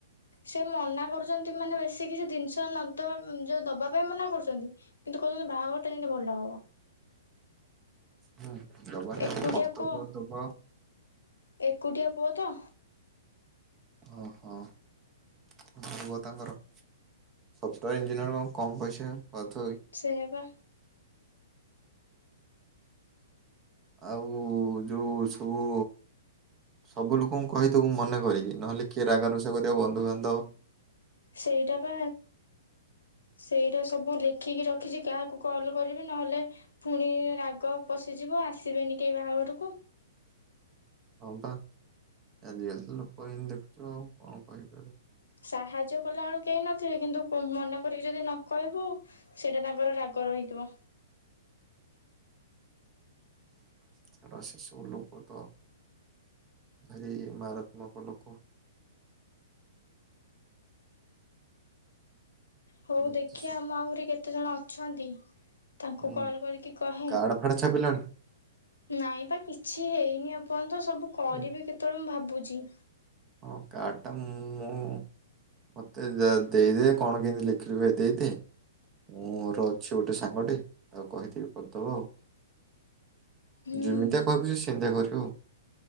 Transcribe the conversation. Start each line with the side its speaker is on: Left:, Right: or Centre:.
Left: ସେ ମନା କରୁଛନ୍ତି ମାନେ ବେଶୀ କିଛି ଜିନିଷ ନଦବା ଯୋଉ ଦବା ପାଇଁ ମନା କରୁଛନ୍ତି କିନ୍ତୁ କହୁଛନ୍ତି ବାହାଘରଟା ଯେମିତି ଭଲ ହବ।
Right: ହୁଁ। ଦବନି
Left: ଏକୁଟିଆ
Right: ଆମ କର୍ତ୍ତବ୍ୟ
Left: ପୁଅ
Right: ଦବ।
Left: ଏକୁଟିଆ ପୁଅ ତ।
Right: ଓହୋ କଣ ହବ ତାଙ୍କର ସଫ୍ଟୟାର ଇଞ୍ଜିନିୟର କଣ କମ ପଇସା। ପାଉଥିବ କି?
Left: ସେଇଆ ବା।
Right: ଆଉ ଯୋଉ ସବୁ ସବୁ ଲୋକଙ୍କୁ କହିଦବୁ ମନେକ କରିକି ନ ହେଲେ କିଏ ରାଗ ରୁଷା କରିବ ବନ୍ଧୁବା ନ୍ଧବ।
Left: ସେଇଟା ବା ସେଇଟା। ସବୁ ଲେଖିକି ରଖିଛି କାହାକୁ କଲ କରିବି ନ ହେଲେ ପୁଣି ରାଗ ପଶିଯିବ ଆସିବେନି କେହି ବାହାଘରକୁ।
Right: ହଁ ବା ଆଜି କାଲି ତ ଲୋକ ଏମିତି ଦେଖୁଛ ଆଉ କଣ କହିପାରିବ।
Left: ସାହାଯ୍ୟ କଲା ବେଳୁ କେହି ନଥିବେ କିନ୍ତୁ ମନେ କରିକି ଯଦି ନ କହିବୁ ସେଇଟା ତାଙ୍କର ରାଗ ରହିଥିବ।
Right: ଛାଡ ସେ ସବୁ ଲୋକ ତ ଭାରି ମାରାତ୍ମକ ଲୋକ।
Left: ହଉ
Right: ବୁଝୁଛି
Left: ଦେଖିଆ ଆମ ଆହୁରି କେ କେତେ ଜଣ ଅଛନ୍ତି। ତାଙ୍କୁ
Right: ହୁଁ
Left: କଲ୍ କରିକି କହେ।
Right: କାର୍ଡ ଫାଡ ଛାପିଲଣି
Left: ନାଇଁ ପା କିଛି ହେଇନି ଏପଅନ୍ତ। ସବୁ କରିବି
Right: ଏ
Left: କେତବେଳେ ମୁଁ ଭାବ ବୁଝି।
Right: ହଁ କାର୍ଡ଼ଟା ମୁଁ ମୋ ମୋତେ ଦେଇଦେ କଣ କେମିତି ଲେଖିବେ ଦେଇଦେ ମୋର ଅଛି ଗୋଟେ ସାଙ୍ଗଟେ ଆଉ କହିଥିବି କରିଦେବ ଆଉ।
Left: ହୁଁ
Right: ଜୁମିତା କରି କି ସେନ୍ଧା କରିବି ଉ।